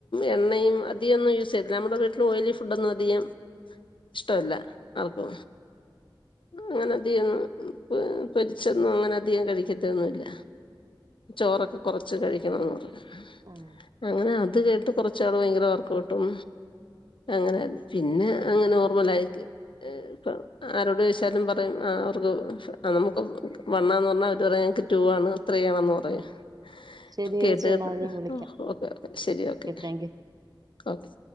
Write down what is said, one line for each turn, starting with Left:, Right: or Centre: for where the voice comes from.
Left: എണ്ണയുംഅതിന്നും യൂസ്ചെയ്ല്ല നമ്മുടെവീട്ടി ഒയിലി ഫുഡൊന്നുംഅധികം ഇഷ്ടമല്ല അപ്പൊ അങ്ങനെ അധികൊന്നും പൊരിച്ചൊന്നും ങ്ങനെ അധികംകഴിക്കത്തൊന്നുംല്ല ചോറൊക്കെകുറച്ച് കഴിക്കണംന്ന് പറഞ്ഞ്അങ്ങനെ
Right: ആഹ്
Left: അതി ഇത് കേട്ട് കുറച്ചാള് ഭയങ്കര വർക്കഔട്ടും അങ്ങനെയ്രുന്നു പിന്നെ അങ്ങനെ നോർമലായി <unintelligible> ച്ചാലുംപറയും അ അവർക്ക് നമുക്ക് വണ്ണാെന്ന്പറഞ്ഞാ അവർപറയും ഞങ്ങൾക്ക് ടൂഅണ് ത്രീ ആണെന്ന് പ <unintelligible>
Right: ശരി
Left: കേട്ടത്
Right: ചേച്ചി എന്നാൽ ഞാൻ വിളിക്കാം
Left: <unintelligible> ഓക്കെ ഓക്കെ ശരി ഓക്കെ
Right: താങ്ക് യു
Left: ഓക്കെ